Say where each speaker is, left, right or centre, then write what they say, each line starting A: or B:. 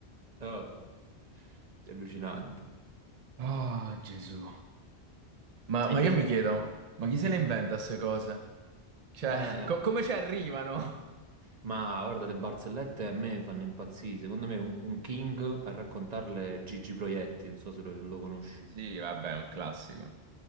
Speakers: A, on the right; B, on the right.
A: Oh, vabbè. È allucinante.
B: Oh, Gesù. Ma,
A: E
B: ma
A: invece,
B: io mi chiedo, ma chi
A: dici,
B: se le inventa
A: dici,
B: queste cose? Cioè,
A: eh...
B: co- come ci arrivano?
A: Ma guarda, le barzellette a me fanno impazzire. Secondo me un, un King a raccontarle è Gigi Proietti, non so se lo, lo conosci.
B: Sì, vabbè, è un classico.